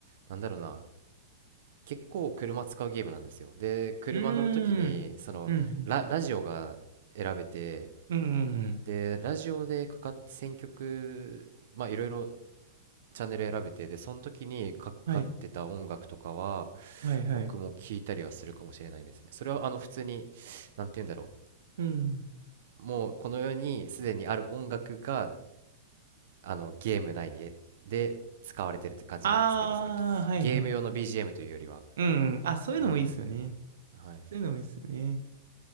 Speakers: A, on the right; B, on the right.
A: あ、なんだろうな。結構車使うゲームなんですよ。で、車乗るときに、
B: うん。うーん。
A: その、
B: うんうん。
A: ラ、ラジオが選べて、
B: うんうんうん。
A: で、ラジオでかかって選曲、まあいろいろチャンネル選べて、で、その時にかかってた音楽とかは、
B: はい。はいはい。
A: 僕も聞いたりはするかもしれないですね。それは、あの、普通に、なんて言うんだろ
B: うん。
A: う。もう、この世にすでにある音楽が、あの、ゲーム内に、で、使われてるって感じなんですけど、
B: ああ、
A: その、ギゲーム用の
B: はいはい。
A: BGM というよりは。
B: うんうん。あ、そういうのもいいっすよね。
A: うーん。はい。
B: そういうのもいいっすよね。